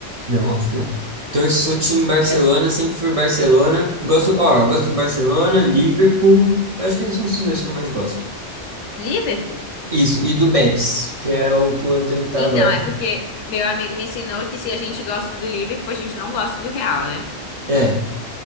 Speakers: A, on the right; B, on the left.
A: Não, óbvio que não. Torço, sou time Barcelona,
B: É
A: sempre fui Barcelona. Gosto, ó, gosto do Barcelona, Liverpool. Eu acho que são esses dois que eu mais gosto.
B: Liverpool?
A: Isso, e do Betis, que é o que o Antony tá
B: Então,
A: agora.
B: é porque meu amigo me ensinou que se a gente gosta do Liverpool, a gente não gosta do Real, né?
A: É,